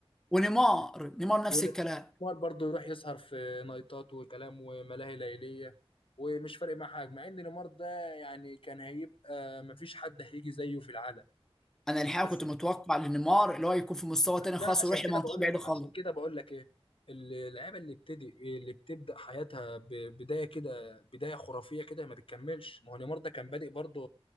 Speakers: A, in the centre; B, on the left.
A: ونيمار نيمار نفس
B: ونمار
A: الكلام
B: برضه يروح يسهر في نايتات وكلام وملاهي ليلية ومش فارق معاه حاجة مع ان نيمار ده يعني كان هيبقى مفيش حد هيجي زيه في العالم
A: انا الحقيقه
B: بس
A: كنت متوقع لنيمار اللي هو يكون في مستوى
B: بس
A: تاني خالص
B: انا عشان
A: ويروح
B: كده
A: لمنطقه
B: بقول
A: بعيده
B: لك
A: خالص
B: عشان كده بقول لك ايه اللعيبه اللي بتدي اللي بتبدا حياتها ببدايه كده بدايه خرافيه كده ما بتكملش ما هو نيمار ده كان بادئ برضه